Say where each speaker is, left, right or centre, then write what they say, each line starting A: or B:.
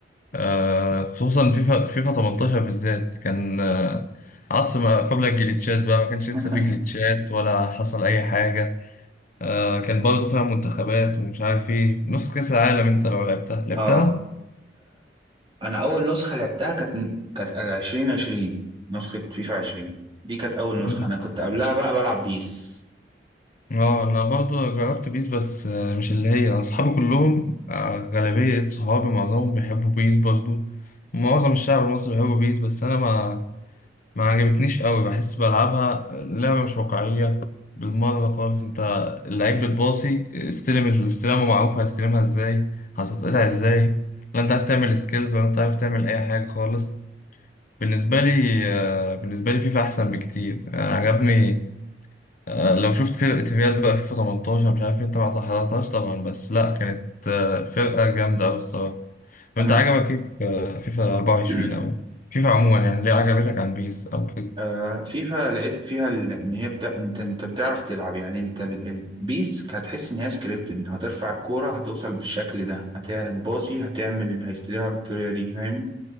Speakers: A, on the left; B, on the right.
A: آه خصوصا فيفا فيفا 18 بالذات كان آه عصر ما قبل الجليتشات بقى ما كانش لسه
B: <laughs>
A: في جليتشات ولا حصل اي حاجة آه كان برضه فيها منتخبات ومش عارف ايه نسخة كأس العالم انت لو لعبتها لعبتها؟
B: اه انا اول نسخه لعبتها كانت كانت 2020 نسخه فيفا 20 دي كانت اول نسخه
A: مم.
B: انا كنت قبلها بقى بلعب بيس
A: اه انا برضه جربت بيس بس آه مش اللي هي اصحابي كلهم آه غالبية صحابي معظمهم بيحبوا بيس برضه معظم الشعب المصري بيحبوا بيس بس انا ما ما عجبتنيش قوي بحس بلعبها لعبة مش واقعية بالمرة خالص انت اللعيب بتباصي استلم الاستلامة معروفة هستلمها ازاي هتتقطع ازاي لا انت عارف تعمل سكيلز ولا انت عارف تعمل اي حاجة خالص بالنسبة لي آه، بالنسبة لي فيفا أحسن بكتير يعني عجبني آه، لو شفت فرقة ريال بقى فيفا 18 مش عارف أنت ما حضرتهاش طبعا بس لأ كانت آه، فرقة جامدة أوي الصراحة وأنت
B: انا
A: عجبك إيه في آه، فيفا 24
B: <clears throat>
A: أو فيفا عموما يعني ليه عجبتك عن بيس أو كده
B: آه فيفا لقيت فيها ال- ان هي بتا... انت انت بتعرف تلعب يعني انت ال- البيس هتحس ان هي سكريبتد هترفع الكوره هتوصل بالشكل ده هت... هتباصي هتعمل هيستلمها بالطريقه دي فاهم